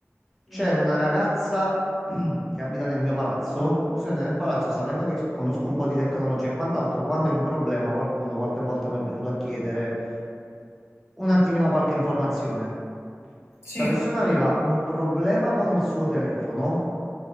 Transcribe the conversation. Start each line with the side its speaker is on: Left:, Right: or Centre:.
Centre: C'era
Left: eh, mm,
Centre: una ragazza <clears throat> che abita nel mio palazzo. Giuseppe, nel palazzo, sapendo che conosco un po' di tecnologia e quant'altro, quando è un problema, qualcuno qualche volta mi è venuto a chiedere un attimino qualche informazione.
Left: Sì,
Centre: Sta persona aveva un problema con il suo telefono